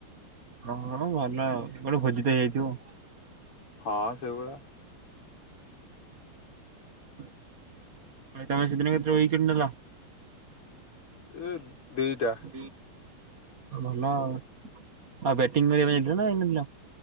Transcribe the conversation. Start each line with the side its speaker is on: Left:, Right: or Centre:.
Right: ହଁ ଭଲ ଆଉ ଗୋଟେ ଭୋଜି ଟେ ହେଇଯାଇଥିବ ଆଉ।
Left: ହଁ ସେଇଭଳିଆ।
Right: ଭାଇ ତମେ ସେଦିନ କେତଟା ଉଇକେଟ ନେଲ।
Left: ଏ ଦିଇଟା।
Right: ଦି। ଭଲ ଆଉ ଆଉ ବେଟିଂ କରିବାକୁ ଯାଇଥିଲ ନା ଯାଇନଥିଲ?